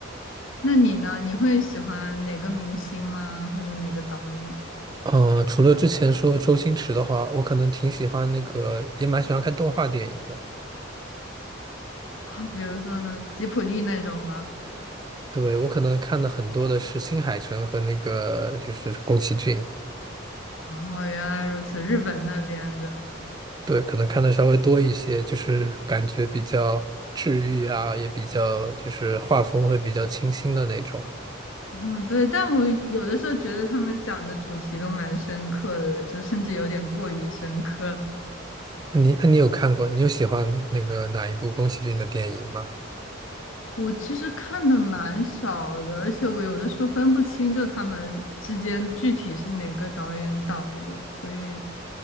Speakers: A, on the left; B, on the right.
A: 那你呢？你会喜欢哪个明星吗？或者哪个导演？
B: 嗯、除了之前说周星驰的话，我可能挺喜欢那个，也蛮喜欢看动画电影的。
A: 啊、比如说呢，吉卜力那种吗？
B: 对，我可能看的很多的是新海诚和那个就是宫崎骏，
A: 哦，原来如此，日本那边的。
B: 对，可能看的稍微多一些，就是感觉比较治愈啊，也比较就是画风会比较清新的那种。
A: 哦，对，但我有的时候觉得他们讲的主题都蛮深刻的，就甚至有点过于深刻。
B: 你那你有看过？你有喜欢那个哪一部宫崎骏的电影吗？
A: 我其实看的蛮少的，而且我有的时候分不清就他们之间具体是哪个导演导的，所以